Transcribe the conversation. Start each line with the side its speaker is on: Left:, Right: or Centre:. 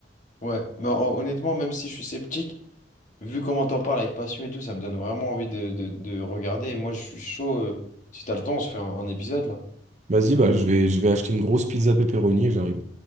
Left: ouais, mais hon- honnêtement, même si je suis sceptique, vu comment t'en parles avec passion et tout, ça me donne vraiment envie de, de- de regarder. Et moi, je suis chaud. euh, si t'as le temps, on se fait un un épisode là.
Right: Vas-y, bah, je vais, je vais acheter une grosse pizza pepperoni et j'arrive.